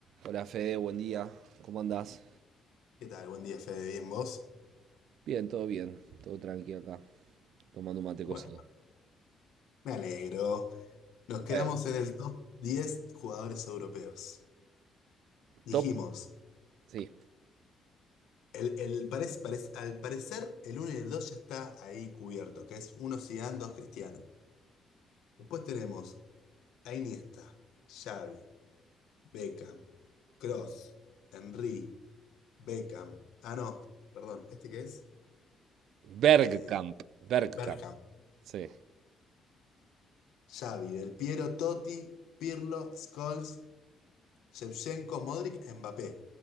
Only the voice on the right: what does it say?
Hola Fede, buen día. ¿Cómo andás?
Bien, todo bien. Todo tranqui acá. Tomando un mate
cocido.
Eh,
top.
Sí.
Bergkamp.
Bergkamp.
Sí.